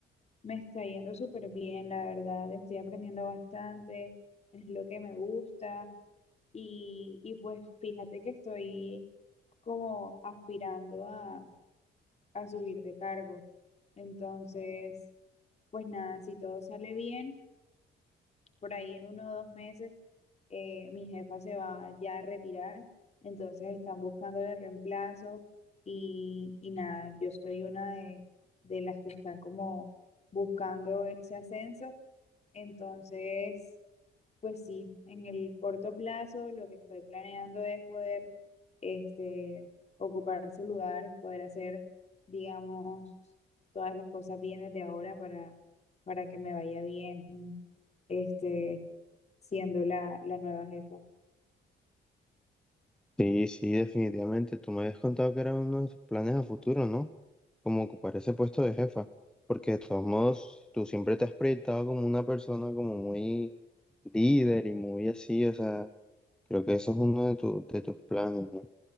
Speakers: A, on the left; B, in the centre.
A: Me está yendo súper bien, la verdad. Estoy aprendiendo bastante, es lo que me gusta. Y, y pues fíjate que estoy como aspirando a a subir de cargo. Entonces, pues nada, si todo sale bien, por ahí en uno o dos meses eh, mi jefa se va ya a retirar, entonces están buscándole reemplazo y, y nada, yo soy una de, de las que están como buscando ese ascenso, entonces pues sí, en el corto plazo lo que estoy planeando es poder este, ocupar su lugar, poder hacer, digamos, todas las cosas bien desde ahora para, para que me vaya bien este, siendo la, la nueva jefa.
B: Sí, sí, definitivamente. Tú me habías contado que era uno de tus planes a futuro, ¿no? Como ocupar ese puesto de jefa. Porque de todos modos, tú siempre te has proyectado como una persona como muy líder y muy así. O sea, creo que eso es uno de, tu- de tus planes, ¿no?